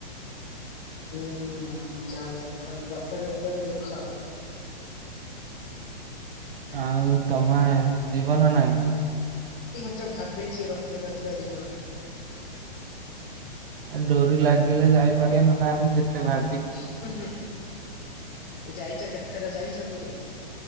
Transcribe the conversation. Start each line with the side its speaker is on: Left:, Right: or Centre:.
Left: ହୁଁ ଉଁ ଯାଅ ଭଲ ରଥଯାତ୍ରାରେ ଦେଖ।
Right: ଆଉ ତମେ ଯିବ ନା ନାଇଁ?
Left: <unintelligible> ତ ଭାବିଚି ରଥଯାତ୍ରା ଦିନ
Right: ତା ଡୋରି ଲାଗିଲେ ଯାଇପାରିବା ନହେଲେ ଆମେ ଯେତେ ଭା
Left: ହୁଁ ହୁଁ ଯାଇଚ କେତେଥର ଯାଇଛ ପୁରୀ?